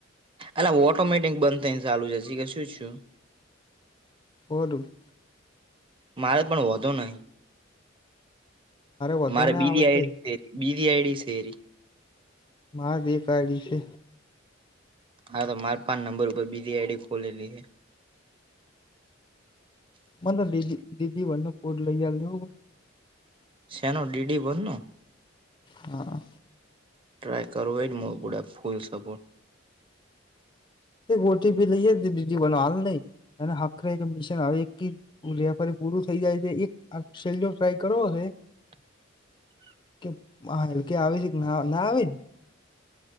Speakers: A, on the right; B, on the left.
A: એટ ઓટોમેટિક બંધ થઈ ને ચાલુ જ જી કે શું.
B: વલું.
A: મારે પણ વધો નહી.
B: વધો
A: મારે
B: ના
A: બીજી
B: આવત
A: એડીરી
B: ભાઈ
A: બીજી આડી શેરી.
B: મા દેડી છે.
A: હા તો મારે પાંચ નંબર ઉપર બીજી આઈડી ખોલેલી છે.
B: મને દીદી દીદી ભનને ફોટ લઈહાલ દ હો બસ.
A: સનો ડી ડી વન ન.
B: હા.
A: ટ્રાય કર હો એ પુડા ફૂલ સપર્ટ.
B: એ ટી પી લઈ દીજી બવાલ નહી, એ આખરે મિશન આવે એક રેફરી પૂરું થઇ જાય છે એક આ સેલ ટ્રાય કરો હશે.
A: <inaudible>
B: કે હ એલકે આવે છે કે ના ના આવે.